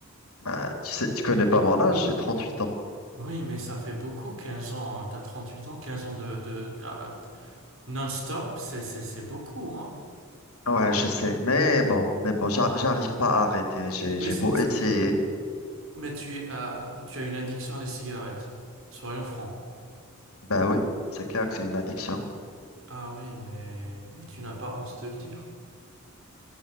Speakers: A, on the left; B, on the right.
A: Bah, tu sais, tu connais pas mon âge, j'ai 38 ans.
B: Oui, mais ça fait beaucoup, quinze ans. hein. T'as huit ans, 15 ans de, de, d'a- non-stop, c'est, c'est, c'est beaucoup, hein?
A: Ouais, je sais. Mais bon, mais bon, j'ar- j'arrive pas à arrêter. J'ai,
B: Mais,
A: j'ai
B: c'est-
A: beau essayer.
B: mais tu es, euh, tu as une addiction à les cigarettes. Soyons francs.
A: Bah oui, c'est clair que c'est une addiction.
B: Ah oui, mais tu n'as pas honte de le dire.